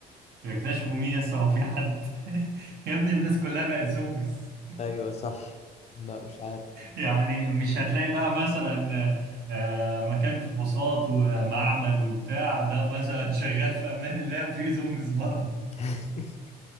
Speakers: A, on the right; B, on the left.
A: يكتشفوا مين لسه هو في حد <laughs> يا ابني الناس كلها بقت زومبيز
B: ايوه صح لا مش عارف
A: يعني مش هتلاقي بقى مثلا آه، مكان فحوصات ومعمل وبتاع ده مثلا شغال في امان الله وفي زومبيز بره
B: <laughs>